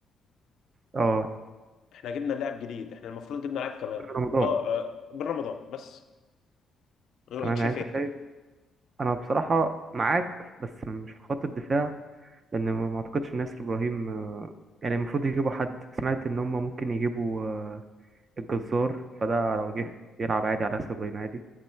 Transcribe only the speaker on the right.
اه
رمضان
تمام يعني انت شايف انا بصراحة معاك بس مش في خط الدفاع لان ما ما اعتقدش إن ناسر ابراهيم آه، يعني المفروض يجيبوا حد سمعت ان هم ممكن يجيبوا آه، الجزار فده لو جه يلعب عادي على ناسر ابراهيم عادي